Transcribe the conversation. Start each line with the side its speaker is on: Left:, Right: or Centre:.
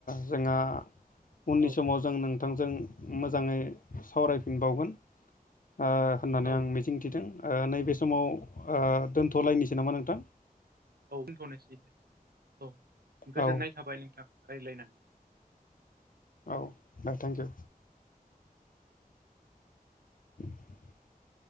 Left: जोंहा उननि
Right: औ
Left: समाव जों नोंथांजों मोजाङै सावरायफिनबावगोन। ओ होननानै
Right: औ
Left: आं मिजिंथिदों ओ नैबे समाव ओ दोनथ'लायनोसो नामा नोंथां?
Right: औ दोनथ'नोसै औ गोजोननाय
Left: औ
Right: थाबाय नोंथां रायलायनानै।
Left: औ दे थेंक इउ। <inaudible>